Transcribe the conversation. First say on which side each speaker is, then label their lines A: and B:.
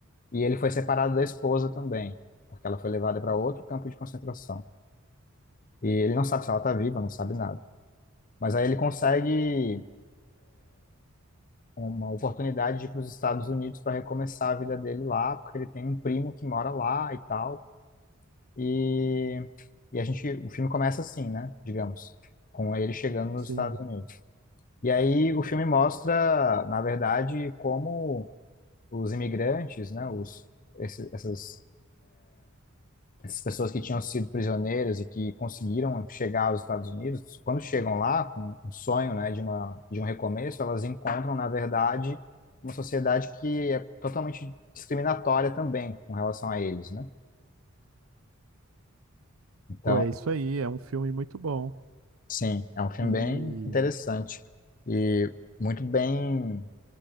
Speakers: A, on the left; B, on the right.
A: e ele foi separado da esposa também, porque ela foi levada para outro campo de concentração. E ele não sabe se ela está viva, não sabe nada. Mas aí ele consegue uma oportunidade de ir para os Estados Unidos para recomeçar a vida dele lá, porque ele tem um primo que mora lá e tal. E, e a gente, o filme começa assim, né? Digamos, com ele chegando nos
B: Sim.
A: Estados Unidos. E aí o filme mostra, na verdade, como os imigrantes, né? Os, esses, essas essas pessoas que tinham sido prisioneiras e que conseguiram chegar aos Estados Unidos, quando chegam lá com um sonho, né, de uma de um recomeço, elas encontram, na verdade, uma sociedade que é totalmente discriminatória também com relação a eles, né? Então,
B: Pô, é isso aí, é um filme muito bom.
A: sim, é um filme
B: E,
A: bem interessante e muito bem